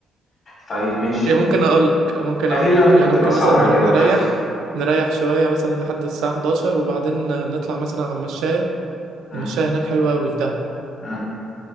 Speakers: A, on the left; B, on the right.
A: طيب ماشي
B: يعني ممكن اقول لك ممكن
A: تاني
B: اقول
A: اللي
B: لك
A: ممكن
B: يعني
A: تبقى
B: ممكن
A: سهرة
B: مثلا نروح
A: كده
B: نريح
A: خفيفة
B: نريح شوية مثلا لحد الساعة 11 وبعدين نطلع مثلا على المشاية
A: مم،
B: المشاية هناك حلوة أوي في دهب
A: مم،